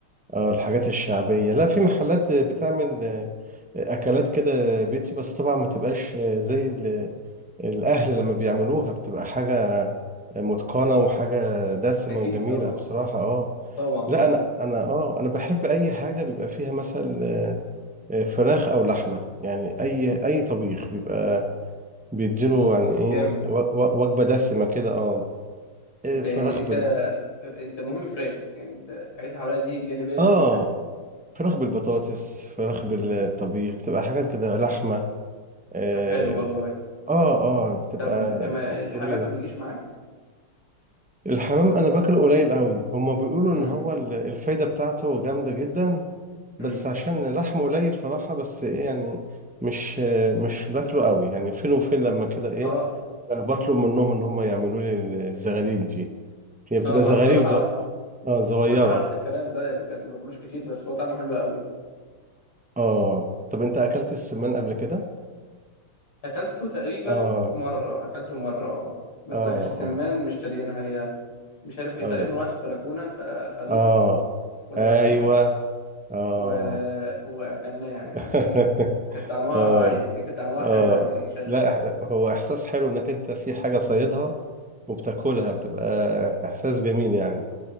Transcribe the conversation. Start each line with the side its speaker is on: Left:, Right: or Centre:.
Centre: اه الحاجات الشعبيه لا في محلات بتعمل آه، اكلات كده بيتي بس طبعا ما تبقاش آه، زي ال... الاهل لما بيعملوها بتبقى حاجه متقنه وحاجه دسمه
Left: اكيد
Centre: وجميله
Left: طبعا
Centre: بصراحه اه
Left: طبعا
Centre: لا
Left: طبعا
Centre: انا انا اه انا بحب اي حاجه بيبقى فيها مثلا فراخ او لحمه يعني اي اي طبيخ بيبقى بيديله يعني ايه
Left: جامد
Centre: و- و- وجبه دسمه كده اه
Left: <laughs>
Centre: إيه،
Left: انت
Centre: فراخ
Left: يعني انت
Centre: بال
Left: انت مهم فراخ يعني انت الحاجات اللي حواليها دي جانبيه بالنسبه
Centre: اه
Left: لك
Centre: فراخ بالبطاطس فراخ بالطبيخ
Left: امم
Centre: بتبقى حاجات كده لحمه اه
Left: طب حلو والله
Centre: اه آه، بتبقى
Left: طب الح- ما- الحمام
Centre: جميله
Left: ما بيجيش معاك
Centre: الحمام انا باكله قليل قوي هما بيقولوا
Left: امم
Centre: ان هو ال- الفايدة بتاعته جامدة جدا
Left: امم
Centre: بس عشان لحمه قليل صراحة بس ايه يعني مش مش باكله قوي يعني فين وفين لما كده ايه
Left: اه
Centre: آه، بطلب منهم ان هما يعملوا لي الزغاليل دي هي بتبقى
Left: اه ما
Centre: زغاليل
Left: انا الصراحه
Centre: ز... اه صغيرة
Left: انا الصراحه نفس الكلام زيك بجد ما باكلوش كتير بس هو طعمه حلو قوي
Centre: اه طب انت اكلت السمان قبل كده
Left: اكلته تقريبا
Centre: اه
Left: مره اكلته مره آه. بس
Centre: اه
Left: ما كانش سمان
Centre: اه
Left: مشتريينها هي مش عارف هي
Centre: اه,
Left: تقريبا وقعت في البلكونه فاخدوها
Centre: آه.
Left: وذبحناها
Centre: ايوه اه
Left: و... واكلناها
Centre: <laughs>
Left: يعني ك- كان طعمها
Centre: اه
Left: عادي كان طعمها
Centre: اه
Left: حلو يعني شغاله
Centre: لا هو احساس حلو انك انت في حاجه
Left: امم
Centre: صيدها وبتاكلها بتبقى احساس جميل يعني